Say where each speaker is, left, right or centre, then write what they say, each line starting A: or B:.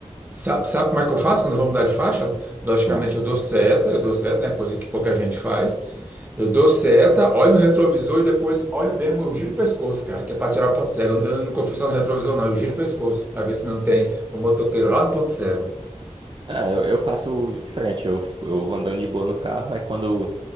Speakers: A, on the right; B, on the right.
A: Sabe, sabe como é que eu faço quando eu vou mudar de faixa? Logicamente,
B: bom.
A: eu dou seta, eu dou seta, né? Coisa que pouca gente faz. Eu dou seta, olho no retrovisor e depois olho mesmo, eu giro o pescoço, cara, que é para tirar o ponto cego. Eu não confio só no retrovisor, não, eu giro o pescoço para ver se não tem um motoqueiro lá no ponto cego.
B: É, eu, eu faço diferente, eu, eu vou andando de boa no carro, aí quando